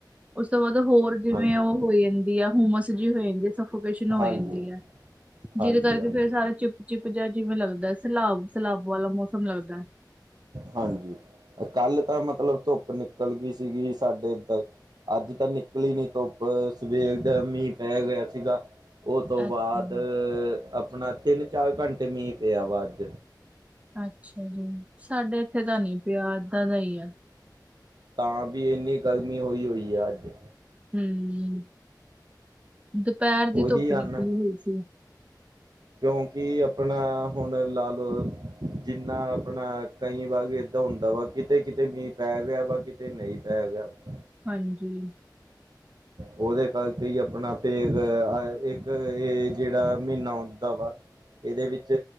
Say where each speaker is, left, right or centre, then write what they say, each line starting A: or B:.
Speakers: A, on the right; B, on the right.
A: ਉਸ ਤੋਂ ਬਾਅਦ ਹੋਰ ਜਿਵੇਂ
B: ਹਾਂਜੀ
A: ਓ ਹੋ ਜਾਂਦੀ ਆ ਹੁਮਸ ਜੀ ਹੋ ਜਾਂਦੀ ਆ ਸਫੋਕੇਸ਼ਨ ਹੋ
B: ਹਾਂਜੀ
A: ਜਾਂਦੀ ਆ। ਜਿਹਦੇ
B: ਹਾਂਜੀ
A: ਕਰਕੇ
B: ਹਾਂਜੀ
A: ਫੇਰ ਸਾਰਾ ਚਿਪ ਚਿਪ ਜਿਹਾ ਜਿਵੇਂ ਲੱਗਦਾ ਸੈਲਾਬ ਸਲਾਬ ਵਾਲਾ ਮੌਸਮ ਲੱਗਦਾ।
B: ਹਾਂਜੀ, ਕੱਲ ਤਾਂ ਮਤਲਬ ਧੁੱਪ ਨਿਕਲ ਗਈ ਸੀਗੀ ਸਾਡੇ ਏਧਰ। ਅੱਜ ਤਾਂ ਨਿਕਲੀ ਨੀ ਧੁੱਪ ਸਵੇਰ ਦਾ ਮੀਂਹ ਪੈ ਰਿਹਾ ਸੀਗਾ। ਉਹ
A: ਹੈ।
B: ਤੋਂ ਬਾਅਦ
A: ਅੱਛਾ ਜੀ।
B: ਆਪਣਾ ਤਿੰਨ ਚਾਰ ਘੰਟੇ ਮੀਂਹ ਪਿਆ ਵਾ ਅੱਜ
A: ਅੱਛਾ ਜੀ, ਸਾਡੇ ਇੱਥੇ ਤਾਂ ਨੀ ਪਿਆ ਏਦਾ ਦਾ ਈ ਆ।
B: ਤਾਂ ਵੀ ਇੰਨੀ ਗਰਮੀ ਹੋਈ ਹੋਈ ਆ ਅੱਜ।
A: ਹੂੰ, ਦੁਪਹਿਰ ਦੀ
B: ਉਹੀ
A: ਧੁੱਪ
B: ਹਨ
A: ਨਿਕਲੀ ਹੋਈ ਸੀ।
B: ਕਿਉਂਕਿ ਆਪਣਾ ਹੁਣ ਲਾ ਲਓ। ਜਿੰਨਾ ਆਪਣਾ ਕਈ ਵਾਂਗ ਏਦਾਂ ਹੁੰਦਾ ਵਾ ਕਿਤੇ ਕਿਤੇ ਮੀਂਹ ਪੈ ਗਿਆ ਵਾ ਕਿਤੇ ਨਹੀਂ ਪੈ ਗਿਆ ਵਾ।
A: ਹਾਂਜੀ,
B: ਉਹਦੇ ਕਰਕੇ ਹੀ ਆਪਣਾ ਫੇਰ ਇੱਕ ਇਹ ਜਿਹੜਾ ਮਹੀਨਾ ਹੁੰਦਾ ਵਾ। ਇਹਦੇ ਵਿੱਚ